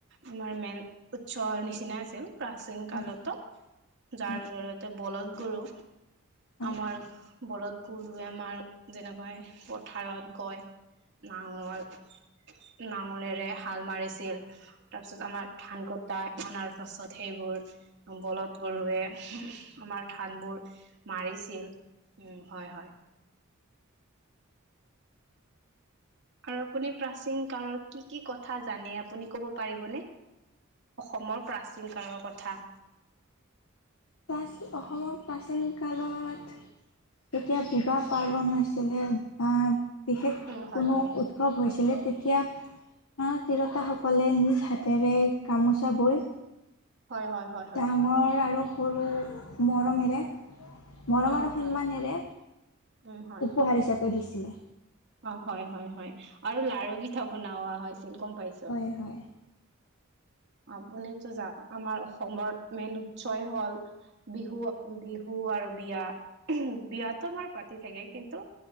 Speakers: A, on the right; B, on the left.
A: আমাৰ মেইন উৎসৰ নিচিনা আছিল। প্ৰাচীন
B: হয়
A: কালতো, যাৰ
B: হয়
A: জৰিয়তে বলদ গৰু
B: হয়
A: আমাৰ বলদ গৰুৱে, আমাৰ যেনেকৈ প্ৰ পথাৰত গৈ, নাঙল নাঙলেৰে হাল মাৰিছিল। তাৰপিছত আমাৰ ধান কটা, আনাৰ পাছত সেইবোৰ। বলদ গৰুৱে, আমাৰ ধানবোৰ মাৰিছিল। উম হয়, হয়। আৰু আপুনি প্ৰাচীন কালৰ, কি কি কথা জানে আপুনি ক'ব পাৰিবনে? অসমৰ প্ৰাচীন কালৰ কথা।
B: পাছ অসমৰ প্ৰাচীন কালৰ বাত এতিয়া বিবাহ পাৰ্বন হৈছিলে বা বিশেষ
A: উম হয়
B: কোনো
A: হয়
B: উৎ উৎসৱ হৈছিলে তেতিয়া, তিৰোতাসকলে নিজ হাতেৰে গামোচা বৈ
A: হয়, হয়, হয়। হয়
B: ডাঙৰ আৰু সৰু মৰমেৰে মৰম
A: অ
B: আৰু
A: হয়
B: সন্মানেৰে
A: উম হয়
B: উপহাৰ হিচাপে দিছিলে।
A: অ হয় হয় হয় আৰু লাৰু পিঠা বনওোৱা হৈছিল, গম পাইছোঁ।
B: হয় হয়
A: আপুনিটো জান, আমাৰ অসমৰ মেইন উৎসই হ'ল। বিহু, বিহু আৰু বিয়া। বিয়াতো আমাৰ পাতি থাকে, কিন্তু